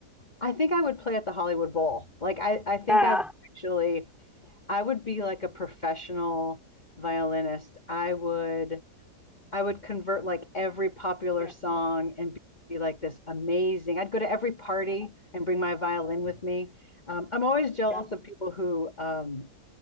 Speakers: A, on the left; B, in the centre.
A: I think I would play at the Hollywood Bowl. Like I, I think
B: yeah,
A: I would actually, I would be like a professional violinist. I would, I would convert like every popular
B: yeah,
A: song and be like this amazing. I'd go to every party
B: yeah,
A: and bring my violin with me. Um, I'm always jealous
B: yeah.
A: of people who um,